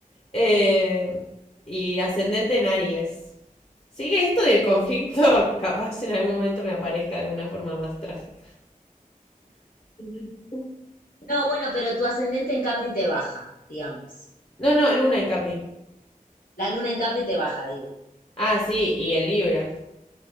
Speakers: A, on the left; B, on the left.
A: Eh, y ascendente en Aries. Sigue esto del conflicto, <laughs> capaz en algún momento me aparezca de una forma más trágica. <laughs>
B: No, bueno, pero tu ascendente en Capri te baja, digamos.
A: No, no, Luna en Capri.
B: La luna en Capri te baja, digo.
A: Ah, sí, y el Libra.